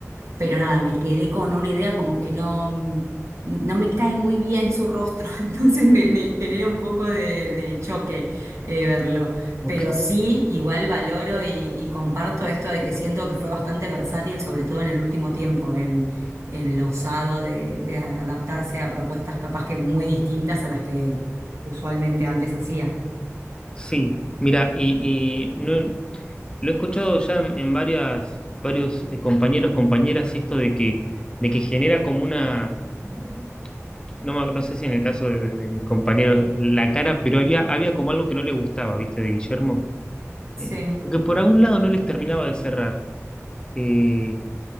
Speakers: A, on the right; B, on the left.
A: Pero nada, me quedé con una idea como que no, mm, no me cae muy bien su rostro, <laughs> entonces me, me genera un poco de, de choque eh, verlo.
B: Ok.
A: Pero sí, igual valoro y, y comparto esto de que siento que fue bastante versátil, sobre todo en el último tiempo, en, en lo usado de, de adaptarse a propuestas capaz que muy distintas a las que usualmente antes hacía.
B: Sí, mira, y, y no, Lo he escuchado ya en, en varias, varios eh, compañeros, compañeras, esto de que, de que genera como una, eh, no, me ac- no sé si en el caso de, de mis compañeros, la cara, pero había, había como algo que no le gustaba, ¿viste? De Guillermo,
A: Sí.
B: eh, que por algún lado no les terminaba de cerrar. Eh,